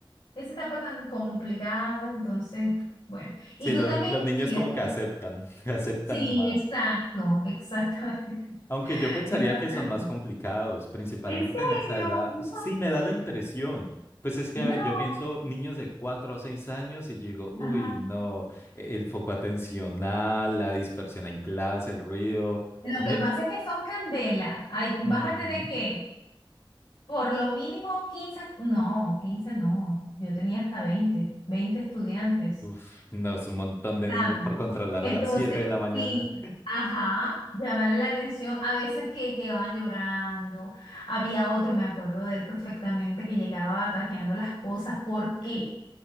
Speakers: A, on the left; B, on the left.
A: esa etapa tan complicada, entonces, bueno. Y
B: Sí,
A: tú
B: lo-
A: también
B: los niños
A: estudias,
B: como
A: ¿cierto?
B: que aceptan, <laughs> aceptan
A: Sí,
B: nomás.
A: exacto, exacto.
B: Aunque
A: <laughs>
B: yo pensaría que son más complicados, principalmente
A: ¿En serio?
B: en esa edad.
A: No.
B: Sí, me da la impresión. Pues es que,
A: No.
B: a ver, yo pienso niños de 4 a 6 años y digo, uy,
A: Ajá.
B: no, e- el foco atencional, la dispersión en clase, el ruido.
A: Lo
B: A ver,
A: que pasa es que son candela. Ay, bájate
B: ujú.
A: de qué. Por lo mínimo 15, no, 15 no. Yo tenía hasta veinte, veinte estudiantes,
B: Uf, no, es un montón de
A: ¿saben?
B: niños por controlar
A: Entonces,
B: a las 7 de la mañana.
A: sí, ajá, llamarle la atención. A veces que llegaban llorando. Había otro, me acuerdo de él perfectamente, que llegaba ataqueando las cosas. ¿Por qué?